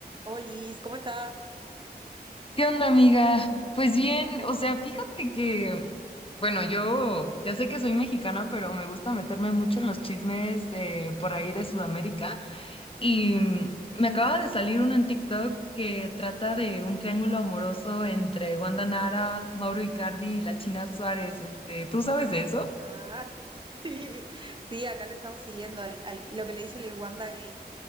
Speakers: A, on the right; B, on the left.
A: Olis, ¿cómo estás?
B: ¿Qué onda, amiga? Pues bien, o sea, fíjate que, bueno, yo ya sé que soy mexicana, pero me gusta meterme mucho en los chismes de por ahí de Sudamérica y mm, me acaba de salir uno en TikTok que trata de un triángulo amoroso entre Wanda Nara, Mauro Icardi y la China Suárez. Este, ¿tú sabes de eso?
A: Ah, <laughs> Sí, sí, acá lo estamos siguiendo, al- al- lo que le dicen el Wanda Gate.